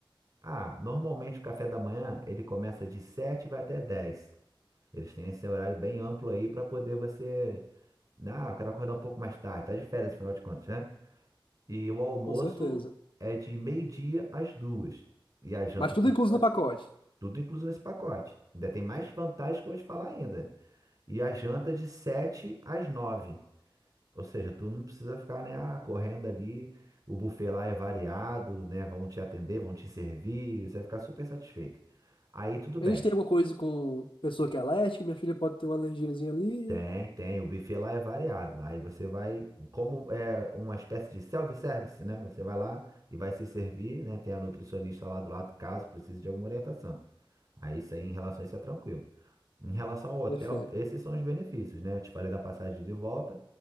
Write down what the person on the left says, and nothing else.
Com certeza.
Mas tudo
incluso
no pacote.
Eles têm alguma coisa com pessoa que é alérgica, minha filha pode ter uma alergiazinha ali.
Perfeito.